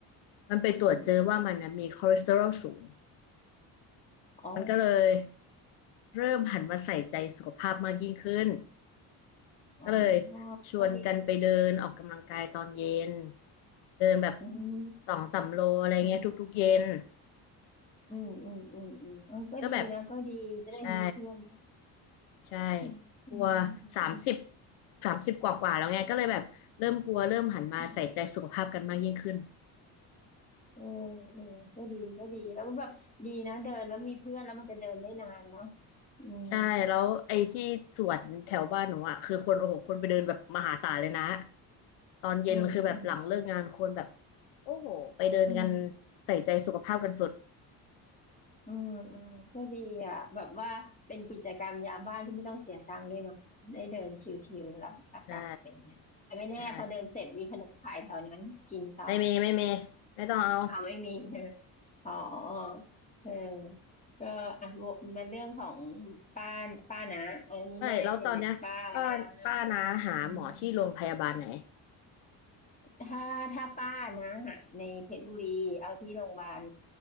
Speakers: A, on the left (about 85°); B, on the left (about 15°).
A: มันไปตรวจเจอว่ามันนะมีคอเลสเตอรอลสูง
B: อืมอืมอ๋อ
A: มันก็เลยเริ่มหันมาใส่ใจสุขภาพมากยิ่งขึ้น
B: อืมอ๋อ
A: ก็เลยชวนกันไปเดินออกกำลังกายตอนเย็น
B: ก็ดี
A: เดินแบบ
B: อืม
A: สองสามโลอะไรเงี้ยทุกๆเย็น
B: อืมอืมอืมอืมอืมเออก็ดีนะก็ดีจะได้มีเพื่อนด้วย
A: ก็แบบใช่ใช่
B: อืมอืมอืม
A: กลัวสามสิบสามสิบกว่ากว่าๆแล้วไงก็เลยแบบเริ่มกลัวเริ่มหันมาใส่ใจสุขภาพกันมากยิ่งขึ้น
B: อืมเออเออก็ดีก็ดีแล้วก็แบบดีนะเดินแล้วมีเพื่อนแล้วมันจะเดินได้นานเนาะอืม
A: ใช่แล้วไอ้ที่สวนแถวบ้านหนูอ่ะคือคนโอ้โหคนไปเดินแบบมหาศาลเลยนะตอนเย็นคือแบบหลังเลิกงานคนแบบ
B: อืมอืม
A: โอ้โหไปเดินกัน
B: อืม
A: ใส่ใจสุขภาพกันสุด
B: อืมอืมก็ดีอ่ะแบบว่าเป็นกิจกรรมยามว่างที่ไม่ต้องเสียตังค์ด้วยเนาะได้เดินชิลๆรับอากาศอะไรเงี้ยแต่ไม่แน่พอเดินเสร็จมีขนมขายแถวนั้นกินต่อ
A: ใช่ใช่ไม่มีไม่มีไม่ต้องเอา
B: เอาไม่มีใช่ไหมอ๋อเออก็อ่ะวกมันเรื่องของป้าป้านะเออนี่แม่ใช่ไหมป้านะ
A: ไม่แล้วตอนเนี้ยป้าป้านาหาหมอที่โรงพยาบาลไหน
B: อืม ถ้าถ้าป้านะหาในเพชรบุรีเอาที่โรงพยาบาล